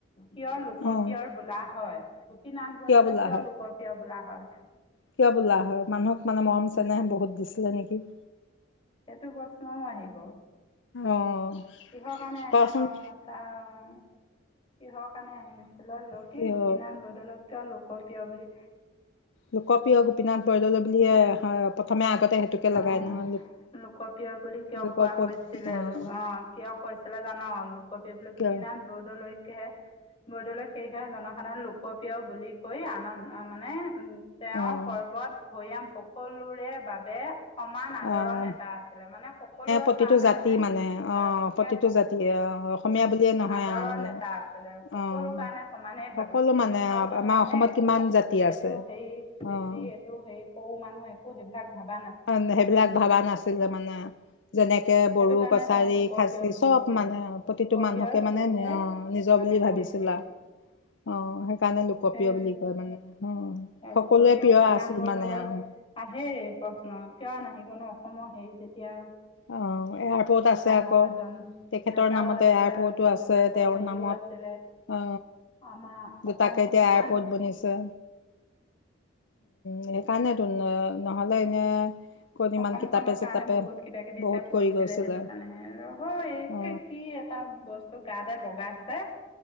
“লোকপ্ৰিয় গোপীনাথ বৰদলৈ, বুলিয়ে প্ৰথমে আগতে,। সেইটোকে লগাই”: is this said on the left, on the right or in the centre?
Left